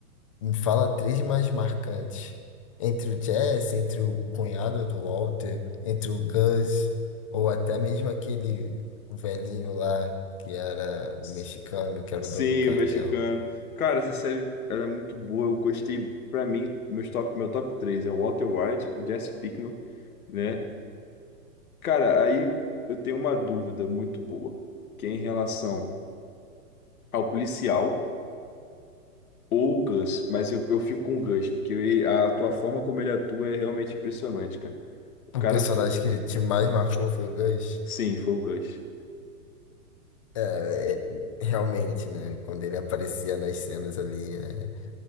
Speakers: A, on the left; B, on the left.
A: Me fala três mais marcantes. Entre o Jess, entre o cunhado do Walter, entre o Gus, ou até mesmo aquele o velhinho lá, que era o
B: S-
A: mexicano, que era
B: Sim,
A: o dono do cartel.
B: o mexicano. Cara, essa série ela é muito boa. Eu gostei, pra mim, meus top, meu top 3 é o Walter White, o Jesse Pinkman, né? Cara, aí eu tenho uma dúvida muito boa, que é em relação ao policial ou o Gus, mas eu, eu fico com o Gus, porque ele- a tua forma como ele atua é realmente impressionante, cara. O cara,
A: O personagem
B: fo-
A: que te mais marcou foi o Gus.
B: sim, foi o Gus.
A: É, é, realmente, né? Quando ele aparecia nas cenas ali, é